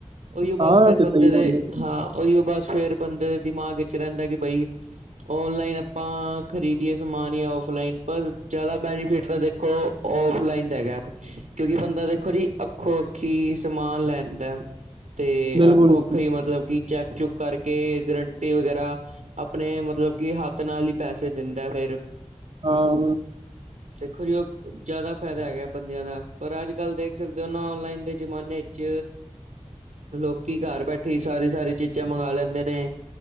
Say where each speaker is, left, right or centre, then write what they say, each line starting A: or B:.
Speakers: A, on the right (about 80°); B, on the right (about 45°).
A: ਉਹੀਓ
B: ਹਾਂ
A: ਬਸ ਫੇਿੜਰ
B: ਤੇ
A: ਬੰਦੇ
B: ਸਹੀ
A: ਦੇ
B: ਗੱਲ ਹੈ ਜੀ।
A: ਹਾਂ, ਉਹੀਓ ਬਸ ਫੇਰ ਬੰਦੇ ਦੇ ਦਿਮਾਗ ਵਿੱਚ ਰਹਿੰਦਾ ਕਿ ਬਈ ਔਨਲਾਈਨ ਆਪਾਂ, ਖ਼ਰੀਦੀਏ ਸਮਾਨ ਜਾਂ ਔਫਲਾਈਨ ਪਰ ਜ਼ਿਆਦਾ ਬੈਨੀਫਿਟ ਤਾਂ ਦੇਖੋ ਔਫਲਾਈਨ ਹੈਗਾ। ਕਿਉਂਕਿ ਬੰਦਾ ਦੇਖੋ ਜੀ ਅੱਖੋ- ਅੱਖੀ ਸਮਾਨ ਲੈਂਦਾ। ਤੇ
B: ਬਿਲਕੁਲ
A: ਅੱਖੋ-
B: ਜੀ।
A: ਅੱਖੋ ਹੀ ਮਤਲਬ ਕਿ ਚੈੱਕ -ਚੁੱਕ ਕਰਕੇ ਗਰੰਟੀ ਵਗੈਰਾ ਆਪਣੇ ਮਤਲਬ ਕਿ, ਹੱਥ ਨਾਲ ਹੀ ਪੈਸੇ ਦਿੰਦਾ ਫੇਰ।
B: ਆਂ
A: ਦੇਖੋ ਜੀ ਉਹ ਜ਼ਿਆਦਾ ਫਾਇਦਾ ਹੈਗਾ ਬੰਦਿਆਂ ਦਾ, ਪਰ ਅੱਜ ਕੱਲ੍ਹ ਦੇਖ ਸਕਦੇ ਹੋ, ਨਾ ਔਨਲਾਈਨ ਦੇ ਜ਼ਮਾਨੇ ਚ ਲੋਕੀ ਘਰ ਬੈਠੇ ਹੀ ਸਾਰੀ ਸਾਰੀ ਚੀਜ਼ਾਂ ਮੰਗਵਾ ਲੈਂਦੇ ਨੇ।